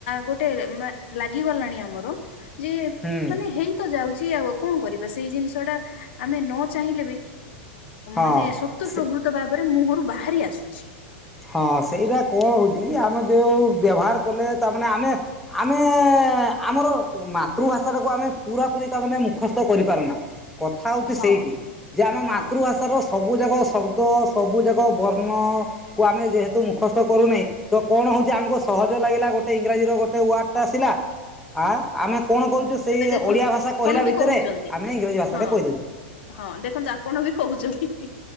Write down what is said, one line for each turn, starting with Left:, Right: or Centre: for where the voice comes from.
Left: ଗୋଟେ ଲାଗିଗଲାଣି ଆମର ଯେ
Centre: ହୁଁ
Left: ମାନେ ହେଇତ ଯାଉଛି ଆଉ କଣ କରିବା ସେଇ ଜିନିଷ ଟା ଆମେ ନ ଚାହିଁଲେ ବି
Centre: ହଁ
Left: ମାନେ ସତ ପ୍ରଭୃତ ଭାବରେ ମୁହଁରୁ ବାହାରି ଆସୁଛି।
Centre: ହଁ ସେଇଟା କଣ ହଉଛି କି ଆମେ ଯଉ ବ୍ୟବହାର କଲେ ତାମାନ ଆମେ ଆମେ ଆମର ମାତୃଭାଷା ଟାକୁ ଆମେ ପୁରା ପୁରୀ ମୁଖସ୍ତ କରିପାରୁନାଁ ।କଥା ହଉଛି
Left: ହଁ
Centre: ସେଇଠି ଯେ ଆମ
Left: ହଁ
Centre: ମାତୃଭାଷାର ସବୁ ଯାକ ଶବ୍ଦ ସବୁ ଯାକ ବର୍ଣ୍ଣ କୁ ଆମେ ଯେହେତୁ ମୁଖସ୍ତ କରୁନାହିଁ ତ କଣ ହଉଛି ଆମକୁ ସହଜ ଲାଗିଲା ଗୋଟେ ଇଂରାଜୀ ର ଗୋଟେ ୱାର୍ଡଟା ଆସିଲା ଆ ଆମେ କଣ କରୁଛୁ ସେଇ
Left: ଏବେ ଦେଖନ୍ତୁ
Centre: ଓଡିଆ ଭାଷା କହିଲା
Left: ଆପଣ ବି
Centre: ଭିତରେ
Left: କହୁଛନ୍ତି
Centre: ଆମେ ଇଂରାଜୀ ଭାଷା
Left: ହଁ
Centre: ଟା କହିଦେଉଛୁ।
Left: ହଁ ଦେଖନ୍ତୁ ଆପଣ ବି କହୁଛନ୍ତି।